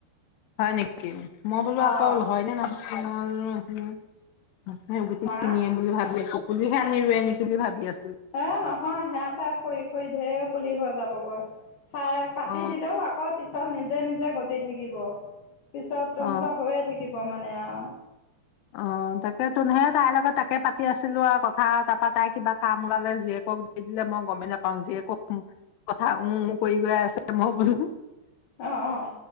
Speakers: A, on the left; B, on the left.
A: হয় নেকি মই বোলো
B: অ',
A: আকৌ হয়নে নহয় উম হ সেই গুটি
B: হা
A: কিনি আনে বুলি ভাবি আছো পুলিহে আনি ৰুৱে নেকি বুলি ভাবি আছো
B: এ নহয় সেয়া পাই খৰি খৰি ঢেৰ পুলি হৈ যাবগৈ সেই কাটি
A: অ
B: দিলেও আকৌ পিছত নিজে নিজে গজে দি থাকিব পিছত তহঁত
A: অ
B: হৈয়ে থাকিব মানে মানে আৰু
A: অ তাকে তোহে তাইৰ লগত তাকে পাতি আছিলো আৰু কথা তাৰপা তাই কিবা কাম ওলালে জীয়েকক দি দিলে মই গমেই নাপাওঁ জীয়েক কথা উ কৰি গৈ আছে মই বোলো
B: অ', অ',